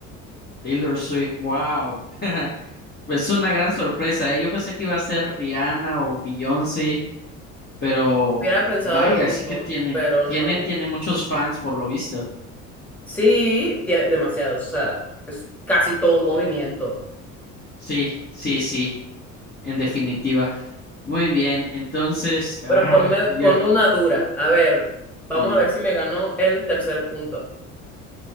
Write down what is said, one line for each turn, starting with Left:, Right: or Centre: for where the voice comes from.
Left: Taylor Swift, wow. <laughs> Es una gran sorpresa, ¿eh? Yo pensé que iba a ser Rihanna o Beyoncé, pero
Centre: Hubiera pensado
Left: vaya,
Centre: lo mismo,
Left: sí que tiene,
Centre: pero
Left: tiene,
Centre: no.
Left: tiene muchos fans por lo visto.
Centre: Sí, tiene demasiados, o sea, es casi todo un movimiento.
Left: Sí, sí, sí, en definitiva. Muy bien, entonces, ah,
Centre: Pero ponme,
Left: yo,
Centre: ponme una dura. A ver, vamos
Left: sí,
Centre: a ver si me ganó el tercer punto.